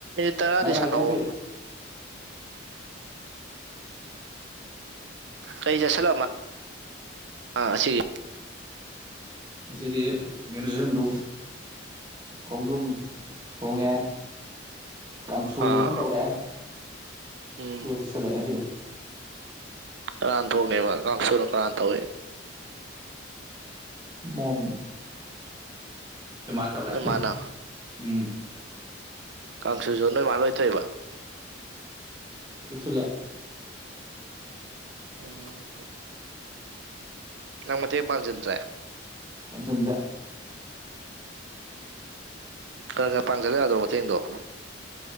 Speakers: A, on the right; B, on the right.
A: ꯇꯔꯥꯗꯤꯁꯥꯅꯑꯣ
B: ꯉꯥꯏꯍꯥꯛ ꯉꯥꯏꯍꯥꯛ ꯂꯦꯞꯄꯩ
A: ꯀꯩꯁꯦ ꯁꯂꯃ ꯑꯥ ꯁꯤꯒꯤ
B: ꯑꯁꯤꯗꯤ ꯒꯅꯁꯟꯗ꯭ꯔ ꯈꯣꯡꯗ꯭ꯔꯨꯝ ꯍꯣꯡꯒꯦ ꯀꯥꯡꯁꯨ
A: ꯑꯥ
B: ꯑꯃ ꯇꯧꯔꯦ
A: ꯎꯝ
B: ꯗꯨꯒ ꯆꯠꯆꯜꯂꯦ ꯉꯁꯤꯗꯤ
A: ꯀꯔꯥꯟ ꯊꯣꯡꯅꯦꯕ ꯀꯥꯡꯁꯨꯅ ꯀꯔꯥꯟ ꯇꯧꯏ
B: ꯃꯣꯟ ꯩꯃꯅ ꯇꯧꯔꯦ
A: ꯅꯣꯏ ꯃꯥꯅ
B: ꯎꯝ
A: ꯀꯥꯡꯁꯨꯁꯨ ꯅꯣꯏ ꯃꯥꯥ ꯂꯣꯏꯊꯣꯏꯕ
B: ꯇꯁꯜꯂꯦ <inaudible>
A: ꯎꯝ ꯅꯪ ꯃ ꯃꯇ ꯌꯦꯡ ꯃꯥꯕꯖꯟ꯭ꯔꯦ
B: ꯄꯁꯟꯗꯦ
A: ꯈꯔ ꯈꯔ ꯄꯥꯡꯖꯜꯂꯛ ꯌꯥꯗ꯭ꯔꯣ ꯃꯇꯦꯡꯗꯣ